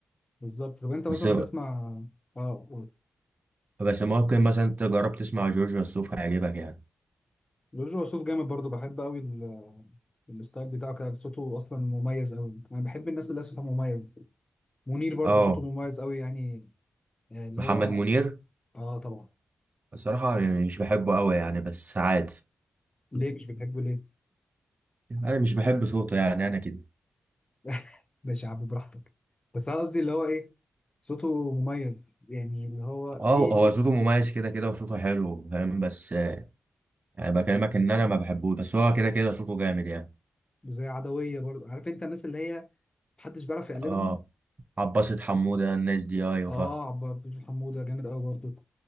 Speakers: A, on the left; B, on the right.
A: بالظبط طب انت
B: بس
A: مثلا بتسمع اه قول
B: بس ممكن مثلا انت جرب تسمع جورج وسوف هيعجبك يعني
A: جورج وسوف جامد برضو بحب قوي ال... الستايل بتاعه كده صوته اصلا مميز قوي انا بحب الناس اللي صوتها مميز منير برضو
B: اه
A: صوته مميز قوي يعني آه، اللي
B: محمد
A: هو
B: منير
A: اه طبعا
B: الصراحه يعني مش بحبه قوي يعني بس عادي
A: ليه مش بتحبه ليه
B: انا مش بحب صوته يعني انا كده
A: <laughs> ماشي يا عم براحتك بس انا قصدي اللي هو ايه صوته مميز يعني اللي هو
B: اه
A: ليه
B: هو
A: ليه
B: صوته مميز كده كده وصوته حلو فاهم بس يعني بكلمك ان انا ما بحبوش بس هو كده كده صوته جامد يعني
A: زي عدوية برضو عارف انت الناس اللي هي محدش بيعرف يقلدهم
B: اه عباسة حمودة الناس دي ايوه
A: اه
B: فا
A: عبد الحميد حمودة جامد قوي برضو